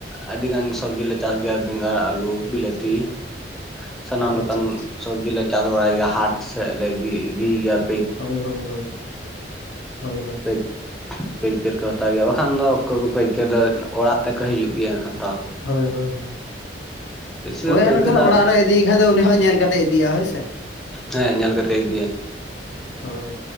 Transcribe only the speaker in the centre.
ᱟᱹᱰᱤᱜᱟᱱ ᱥᱚᱵᱡᱤᱞᱮ ᱪᱟᱥ ᱜᱮᱭᱟ ᱵᱮᱸᱜᱟᱲ ᱟᱹᱞᱩ ᱵᱤᱞᱟᱹᱛᱤ ᱾ ᱥᱟᱱᱟᱢ
ᱞᱮᱠᱟᱱ
ᱥᱚᱵᱽᱡᱤ ᱞᱮ ᱪᱟᱥ ᱵᱟᱲᱟᱭᱟ ᱜᱮᱭᱟ ᱦᱟᱴ ᱥᱮᱫ ᱞᱮ ᱤᱫᱤ ᱤᱫᱤᱭᱮᱭᱟ ᱾
ᱯᱟᱹᱭ
ᱯᱟᱹᱭᱠᱟᱹᱨ ᱠᱚ ᱦᱟᱛᱟᱣ ᱜᱮᱭᱟ ᱵᱟᱠᱷᱟᱱ ᱫᱚ ᱚᱠᱚᱭ ᱠᱚ ᱯᱟᱹᱭᱠᱟᱹᱨ ᱫᱚ ᱚᱲᱟᱜ ᱛᱮᱠᱚ ᱦᱤᱡᱩᱜ ᱜᱮᱭᱟ ᱦᱟᱛᱟᱣ ᱾
ᱵᱮᱥᱤᱨ
ᱵᱷᱟᱜᱽ ᱯᱟᱹᱭᱠᱟᱹᱨ
ᱫᱚ
ᱦᱮᱸ ᱧᱮᱞ ᱠᱟᱛᱮᱜ ᱤᱫᱤᱭᱟᱭ ᱾